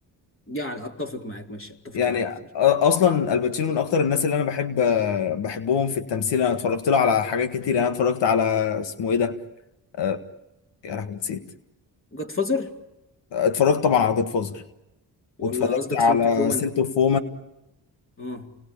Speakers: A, on the left; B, on the left.
A: يعني اتفق معاك ماشي اتفق
B: يعني
A: معاك في
B: أ-
A: دي
B: اصلا الباتشينو من اكتر الناس اللي انا بحب بحبهم في التمثيل انا اتفرجت له على حاجات كتير يعني أنا اتفرجت على اسمه ايه ده آه، يا لهوي نسيت
A: جاد فازر
B: اتفرجت طبعا على جود فوزر
A: ولا
B: واتفرجت
A: قصدك
B: على
A: سنت فومان
B: سيلت اوف
A: اه